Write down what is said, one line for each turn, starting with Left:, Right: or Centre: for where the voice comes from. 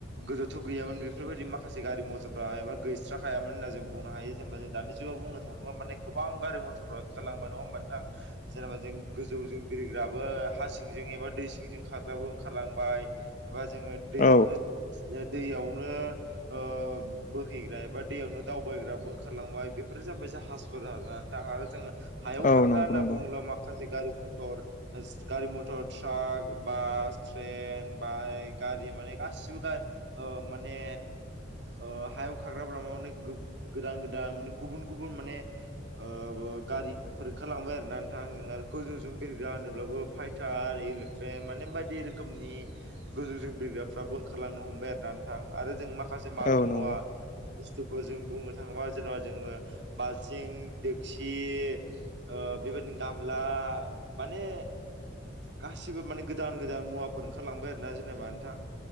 Right: गोदोथ' गैयामोन बेफोरबायदि माखासे गारि मथरफ्रा एबा गैस्राखायामोन होनना जों बुंनो हायो जेनबा जों दानि जुगाव बुंनोथाङोबा माने गोबां गारि मथरफ्रा ओंखारलांबाय नङा होनबा नोंथां जेनेबा जों गोजौजों बिरग्राबो हा सिंजों एबा दै सिंजों खारग्राबो ओंखारलांबाय एबा जोङो दैयावनो
Left: औ
Right: दैयावनो ओ बोहैग्रा एबा दैयावनो दावबायग्राबो ओंखारलांबाय बेफोरो जाबाय जाहाज फोरा थाङ आरो जोङो हायाव
Left: औ
Right: खारग्रा
Left: नंगौ
Right: होनना
Left: नंगौ
Right: बुङोब्ला माखासे गारि मथर गारि मथर ट्राक बास ट्रेन बाइक गारि माने गासिबो गा ओ माने ओ हायाव खाग्राफोरा मा माने गोदान गोदान माने गुबुन गुबुन माने ओ ब गारिफोर ओंखारलांबाय आरोना थांजों आरो गोजौजों बिरग्रा होनोब्लाबो फाइटार एलोफ्रेन्ट माने बायदि रोखोमनि गोजौजों बिरग्राफ्राबो ओंखारलांनो हमबाय आर ना नों थां आरो जों माखासे माल
Left: औ
Right: मुवा
Left: नंगौ
Right: थुखौ जों बुंनो थाङोबा जेनेबा जोङो बालथिं दोक्सि ओ बेबायदि गामला माने गासिबो माने गोदान गोदान मुवाफोर ओंखारलांबाय आरोना जेनेबा नोंथां